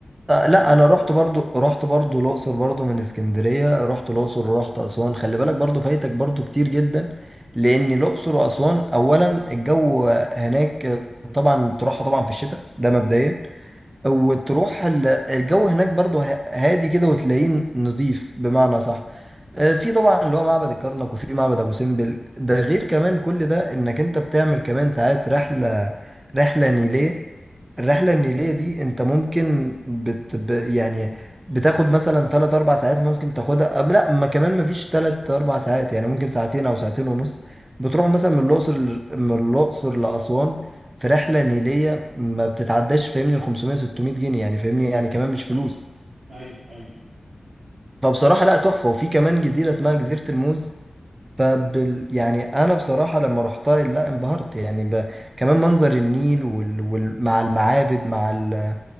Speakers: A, on the right (about 25°); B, on the right (about 80°).
A: آه
B: كان
A: لا انا رحت برضو رحت برضو الاقصر برضو من اسكندريه رحت الاقصر ورحت اسوان خلي بالك برضو فايتك برضو كتير جدا لان الاقصر واسوان اولا الجو هناك طبعا تروحها طبعا في الشتاء ده مبدئيا وتروح ال- الجو هناك برضو ه- هادي كده وتلاقيه نظيف بمعنى صح آه، في طبعا اللي هو معبد الكرنك وفي معبد ابو سمبل ده غير كمان كل ده انك انت بتعمل كمان ساعات رحله رحله نيليه الرحلة النيلية دي انت ممكن بت ب... يعني بتاخد مثلا 3 4 ساعات ممكن تاخدها أب- لا ما كمان ما فيش 3 4 ساعات يعني ممكن ساعتين او ساعتين ونص بتروح مثلا من الاقصر ل- من الاقصر لاسوان في رحلة نيلية ما بتتعداش فاهمني ال 500 600 جنيه يعني فاهمني يعني كمان مش فلوس
B: آه ايوه ايوه
A: فبصراحة لا تحفة وفي كمان جزيرة اسمها جزيرة الموز فبال يعني انا بصراحه لما رحتها لا انبهرت يعني ب... كمان منظر النيل وال... وال... مع المعابد مع ال...